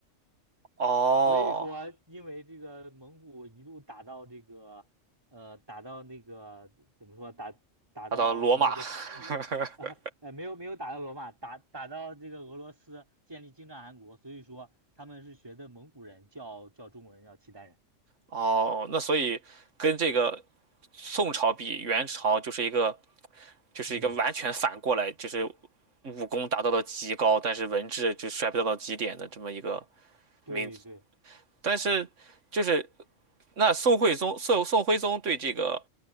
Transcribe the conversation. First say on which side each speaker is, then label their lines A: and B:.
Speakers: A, on the right; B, on the right.
A: 哦，
B: 所以说，因为这个蒙古一路打到这个，呃，打到那个怎么说，打打到那个罗啊呃，
A: 打到罗马，<laughs>
B: 没有没有打到罗马，打打到这个俄罗斯建立金帐汗国，所以说他们是学的蒙古人叫叫中国人叫契丹人。
A: 哦，那所以跟这个宋朝比，元朝就是一个就是一个完全反过来，
B: 嗯，
A: 就是武功达到了极高，但是文治就衰败到了极点的这么一个
B: 对对，
A: 民族。但是就是那宋徽宗宋宋徽宗对这个